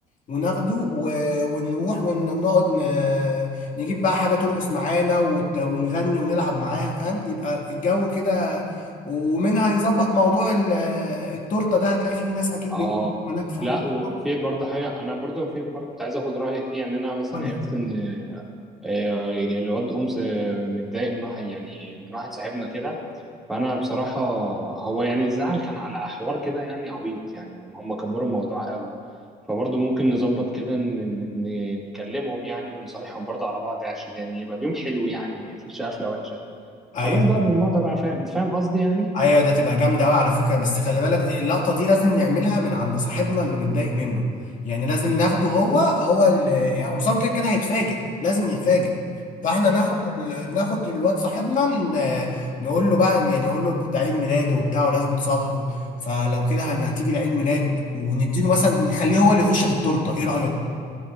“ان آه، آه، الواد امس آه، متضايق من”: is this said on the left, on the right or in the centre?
Centre